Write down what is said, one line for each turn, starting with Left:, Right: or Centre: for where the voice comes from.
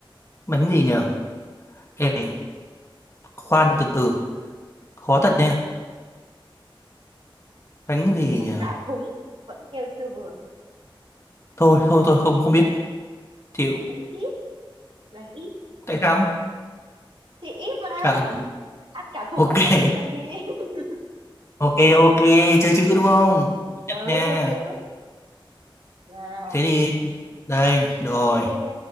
Left: Bánh gì nhở? Ê, khoan từ từ. Khó thật nha. Bánh
Right: bánh
Left: gì
Right: gì ăn
Left: nhở?
Right: cả thúng vẫn kêu chưa vừa
Left: Thôi thôi thôi không không biết. Chịu.
Right: bánh ít bánh ít
Left: Tại sao?
Right: thì ít mà
Left: À ừ.
Right: ăn cả thùng
Left: Ok.
Right: vẫn kêu
Left: <laughs>
Right: ít còn gì <laughs>
Left: Ok ok, chơi chữ đúng không?
Right: ừ
Left: Nhận nha.
Right: thế chữ nào
Left: Thế thì đây,
Right: tiếp
Left: được
Right: đi
Left: rồi.
Right: tiếp đi tiếp đi